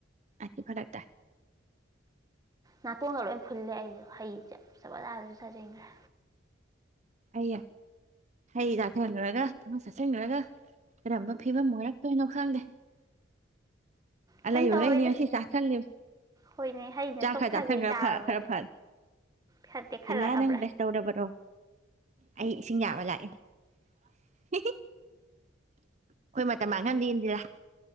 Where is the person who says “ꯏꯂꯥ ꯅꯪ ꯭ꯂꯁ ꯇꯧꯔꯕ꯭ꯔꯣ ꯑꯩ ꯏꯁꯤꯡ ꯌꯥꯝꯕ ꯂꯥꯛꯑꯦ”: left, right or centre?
Right